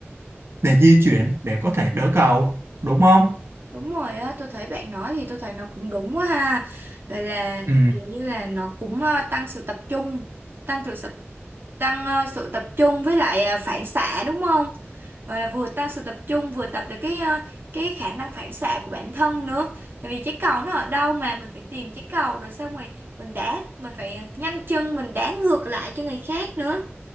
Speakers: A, on the right; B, on the right.
A: để di chuyển để có thể đỡ cầu đúng không
B: đúng rồi á tôi thấy bạn nói thì tôi thấy nó cũng đúng quá ha rồi là
A: ừ.
B: kiểu như là nó cũng ờ, tăng sự tập trung tăng sự sập- tăng ờ, sự tập trung với lại ờ, phản xạ đúng không Và là vừa tăng sự tập trung vừa tập được cái ờ, cái khả năng phản xạ của bản thân nữa tại vì trái cầu nó ở đâu mà mình phải tìm trái cầu rồi xong rồi mình đá mình phải ờ, nhanh chân mình đá ngược lại cho người khác nữa